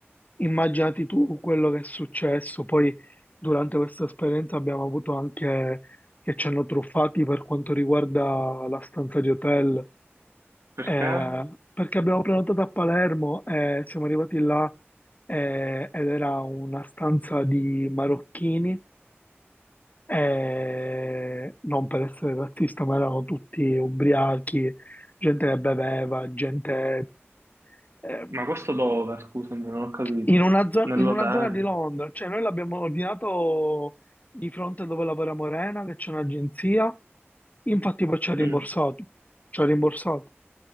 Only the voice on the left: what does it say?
Immaginati tu quello che è successo. Poi, durante questa esperienza, abbiamo avuto anche che ci hanno truffati per quanto riguarda la stanza di hotel.
Eh, perché abbiamo prenotato a Palermo e siamo arrivati là eh, ed era una stanza di marocchini e non per essere razzista, ma erano tutti ubriachi, gente che beveva, gente ehm,
in una, zo-
in una zona di Londra. Cioè, noi l'abbiamo ordinato di fronte dove lavora Morena, che c'è un'agenzia. Infatti, poi ci ha rimborsato.
Ci ha rimborsato.